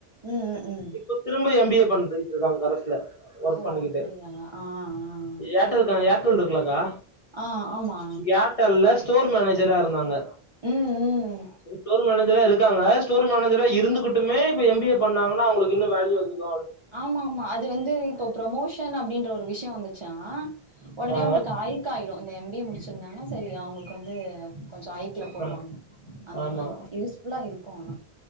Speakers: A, on the right; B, on the left.
A: ம் ம் ம்
B: இப்ப திரும்ப எம் பி ஏ பண்ணிட்டு இருக்காங்க கரஸ்ல ஒர்க்
A: ஓ
B: பண்ணிக்கிட்டே
A: அப்டியா ஆ ஆ
B: ஏர்டெல்க்கா ஏர்டெல் இருக்குலக்கா
A: ஆ ஆமா
B: ஏர்டெல்ல ஸ்டோர் மேனேஜரா இருந்தாங்க
A: ம் ம்
B: ஸ்டோர் மேனேஜ ரா இருக்காங்க ஸ்டோர் மேனேஜரா இருந்துகிட்டுமே இப்ப எம் பி ஏ பண்ணாங்கன்னா அவுங்களுக்கு இன்னு வேல்யூ அதிகோ
A: ஆமா ஆமா அது வந்து இப்போ ப்ரமோஷன் அப்டின்ற ஒரு விஷயோ வந்துச்சா உடனே
B: ஆ
A: அவங்களுக்கு ஐக் ஆயிடும் இந்த எம்பிஏ முடிச்சிருந்தாங்கன்னா சரி அவங்களுக்கு வந்து கொஞ்சம் ஐக்ல போடுவாங்க
B: ஆ
A: அந்த
B: ஆமா
A: மாதிரி யூஸ்ஃபுல்லா இருக்கும் ஆனா